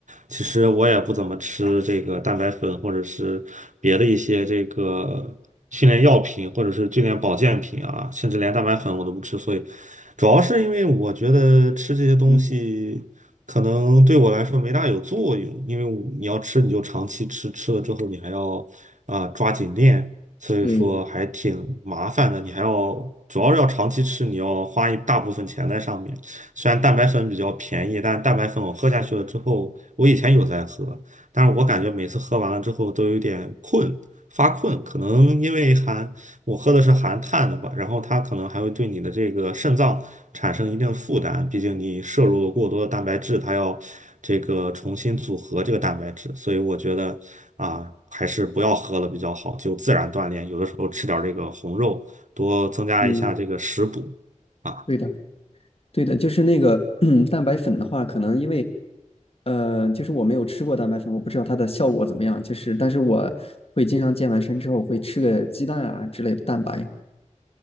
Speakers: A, on the right (about 70°); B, on the left (about 50°).
A: 其实我也不怎么吃这个蛋白粉或者是别的一些这个训练药品或者是训练保健品啊，甚至连蛋白粉我都不吃，所以主要是因为我觉得吃这些东西可能对我来说没大有作用，
B: 嗯，
A: 因为我你要吃你就长期吃，吃了之后你还要啊、抓紧练，所以说还挺麻烦的。
B: 对，
A: 你还要主要是要长期吃，你要花一大部分钱在上面。虽然蛋白粉比较便宜，但蛋白粉我喝下去了之后，我以前有在喝，但是我感觉每次喝完了之后都有点困，发困，可能因为含我喝的是含碳的吧，然后它可能还会对你的这个肾脏产生一定的负担，毕竟你摄入了过多的蛋白质，它要这个重新组合这个蛋白质，所以我觉得啊，还是不要喝了比较好，就自然锻炼，有的时候吃点儿这个红肉，多增加一下这个食补
B: 嗯，
A: 啊。
B: 对的。对的，就是那个 <clears throat> 蛋白粉的话，可能因为，呃，就是我没有吃过蛋白粉，我不知道它的效果怎么样。就是，但是我会经常健完身之后会吃个鸡蛋啊之类的蛋白，